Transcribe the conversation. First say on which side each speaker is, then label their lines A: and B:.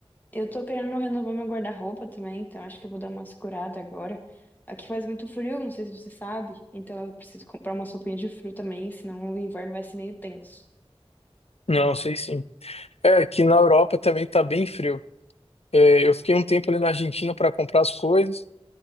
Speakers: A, on the left; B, on the left.
A: Eu tô querendo renovar meu guarda-roupa também, então acho que eu vou dar uma segurada agora. Aqui faz muito frio, não sei se você sabe, então eu preciso comprar uma roupinha de frio também, senão o inverno vai ser meio tenso.
B: Não, sei sim. É, aqui na Europa também tá bem frio. É, eu fiquei um tempo ali na Argentina para comprar as coisas,